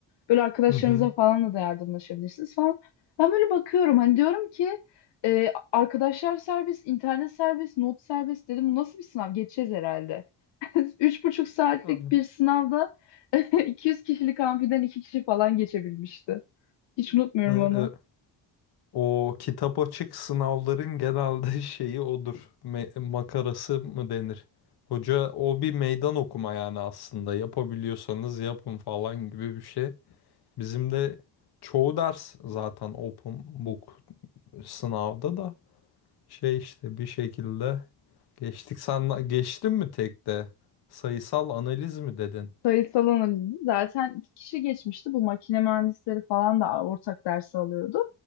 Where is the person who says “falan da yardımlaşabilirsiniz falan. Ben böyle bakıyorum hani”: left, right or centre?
Left